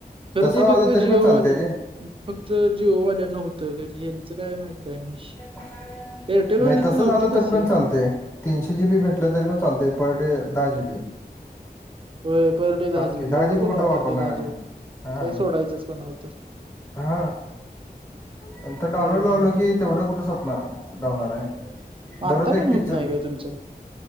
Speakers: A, on the right; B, on the left.
A: तरी
B: तसं
A: ते फक्त
B: आलं तरी
A: जिओवाल्या
B: पण चालतंय रे
A: फक्त जीओवाल्याना होतंय काय तरी, हेचं काय माहित काय विष
B: <inaudible> नाही
A: एअरटेलवाल्यांचं
B: तस
A: नव्हतं
B: झालं तरी
A: तसं.
B: पण चालतय. तीनशे जी बी भेटलं तरी पण चालतय. पॉईंट दहा जी बी.
A: होय, पर डे दहा जी
B: की
A: बी, एवढं
B: जीबी
A: कोण
B: कुठं
A: वापरतय
B: वापरणार
A: दहा
B: आहे
A: जी
B: आम्ही
A: बी,
B: हा
A: काय सोडायचंच कोणाल तर.
B: हा. ‌. नंतर डाउनलोड
A: होय
B: लावल
A: होय
B: की तेवढं कुठ स पणार -लावणाराय,
A: आता
B: दररोज
A: पण
B: एक
A: होत
B: पिक्चर
A: नाही काय तुमच्यात